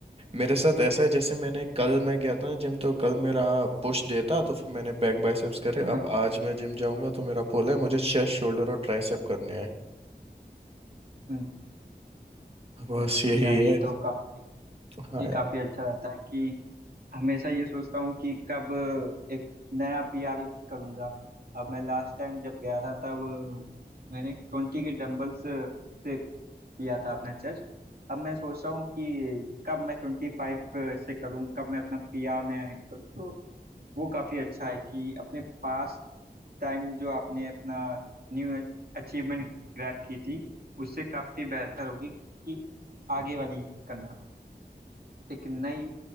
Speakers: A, on the right; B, on the right.
A: मेरे साथ ऐसा है जैसे मैंने कल मैं गया था ना जिम तो कल मेरा पुश डे था तो फिर मैंने बैक बाइसेप्स करे
B: हाँ
A: अब आज मैं जिम जाऊंगा तो मेरा पुल है मुझे चेस्ट शोल्डर और ट्राइसेप करने हैं
B: हम्म,
A: बस यही
B: यार ये
A: है
B: तो काफी
A: हाँ
B: ये
A: यार
B: काफी अच्छा रहता है कि हमेशा ये सोचता हूँ कि कब एक नया पीआर हिट करूंगा अब मैं लास्ट टाइम जब गया था तब मैंने ट्वेंटी के डंबल्स से किया था अपना चेस्ट अब मैं सोच रहा हूँ कि कब मैं ट्वेंटी फाइव से करूँ कब मैं अपना पी आर नया हिट करूँ तो वो काफ़ी अच्छा है कि अपने पास टाइम जो आपने अपना न्यू अचीवमेंट ग्रैब की थी उससे काफ़ी बेहतर होगी कि आगे वाली करना एक नई